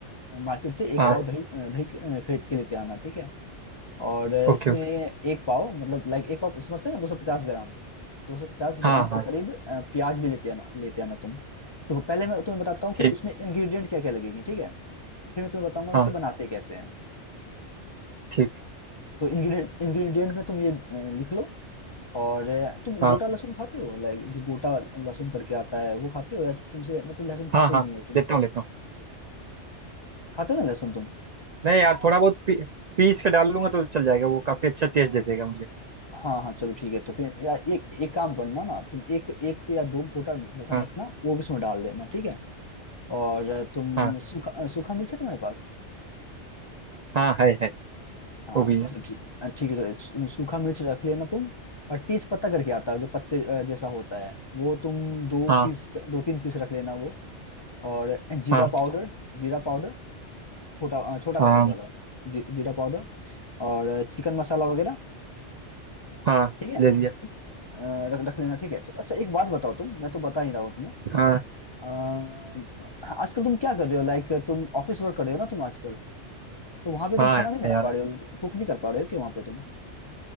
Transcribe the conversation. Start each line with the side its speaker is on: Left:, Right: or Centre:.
Left: मार्केट से एक
Right: हाँ
Left: पाव दही अ, दही अ, खरीद के लेते आना ठीक है और अ,
Right: ओके
Left: इसमें
Right: ओके
Left: एक पाव मतलब लाइक एक पाव समझते हैं ना दो सौ पचास ग्राम दो सौ पचास ग्राम
Right: हाँ
Left: के
Right: हाँ
Left: करीब अ, प्याज भी लेते आना लेते आना तुम तो पहले मैं तुम्हें बताता हूँ कि
Right: ठीक
Left: इसमें इंग्रेडिएंट क्या क्या लगेंगे ठीक है फिर मैं तुम्हें बताऊंगा कि
Right: हाँ
Left: इसे बनाते कैसे हैं
Right: ठीक
Left: तो इंग्रेडिएंट इंग्रेडिएंट में तुम ये अ, लिख लो और अ, तुम
Right: हाँ
Left: गोटा लहसुन खाते हो लाइक जो गोटा लहसुन करके आता है वो खाते हो या तुमसे मतलब लहसुन खाते
Right: हाँ हाँ
Left: ही नहीं हो तुम
Right: लेता हूँ लेता हूँ
Left: खाते हो ना लहसुन तुम
Right: नहीं यार थोड़ा बहुत पी, पीस के डाल लूंगा तो चल जाएगा वो काफी अच्छा टेस्ट दे देगा मुझे
Left: हाँ हाँ चलो ठीक है तो फिर या एक एक काम करना ना तुम एक एक से या दो गोटा लहसुन
Right: हाँ
Left: रखना वो भी उसमें डाल देना ठीक है और अ, तुम
Right: हाँ
Left: सूखा अ, सूखा मिर्च है तुम्हारे पास
Right: हाँ है है
Left: हाँ
Right: वो भी
Left: तो
Right: है
Left: चलो ठीक अ, ठीक है चलो, सू- सूखा मिर्च रख लेना तुम और तेज पत्ता करके आता है जो पत्ते अ, जैसा होता है वो तुम दो
Right: हाँ
Left: पीस दो तीन पीस रख लेना वो और जीरा
Right: हाँ
Left: पाउडर जीरा पाउडर छोटा अ, छोटा
Right: हाँ
Left: पैकेट वाला जी, जीरा पाउडर और चिकन मसाला वगैरह
Right: हाँ
Left: ठीक है
Right: ले
Left: अ,
Right: लिया
Left: रख रख लेना ठीक है चलो अच्छा एक बात बताओ तुम मैं तो बता ही रहा हूँ तुम्हें
Right: हाँ
Left: अ, आजकल तुम क्या कर रहे हो लाइक तुम ऑफिस वर्क कर रहे हो ना तुम आजकल तो वहां पे
Right: हाँ
Left: तुम खाना नहीं बना
Right: यार
Left: पा रहे हो कुक नहीं कर पा रहे हो कि वहां पे तुम